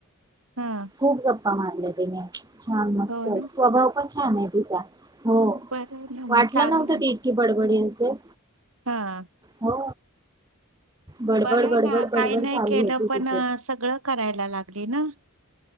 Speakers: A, on the right; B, on the right.
A: हा.
B: खूप गप्पा मारल्या तिने छान मस्त
A: हो ना
B: स्वभाव पण छान आहे तिचा. हो
A: बरं आहे ना
B: वाटलं
A: मग चांगलं
B: नव्हतं
A: आहे
B: ती इतकी बडबडी असेल.
A: हा.
B: हो. बडबड
A: बरं आहे
B: बडबड
A: ना
B: बडबड
A: काही नाही
B: चालू
A: केलं
B: होती
A: पण
B: तिची
A: सगळं करायला लागली ना